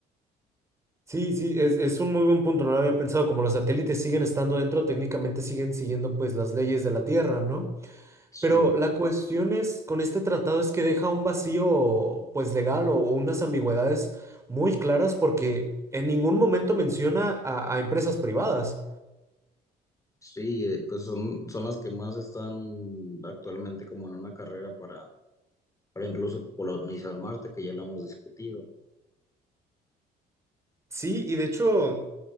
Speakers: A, on the right; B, on the left.
A: Sí, sí, es, es un muy buen punto, no lo había pensado. Como los satélites siguen estando dentro, técnicamente siguen siguiendo pues las leyes de la Tierra, ¿no?
B: Sí,
A: Pero la cuestión es, con este tratado es que deja un vacío, pues legal o unas ambigüedades muy claras porque en ningún momento menciona a, a empresas privadas.
B: Sí, eh, pues son, son las que más están actualmente como en una carrera para, para incluso colonizar Marte, que ya lo hemos discutido.
A: Sí, y de hecho,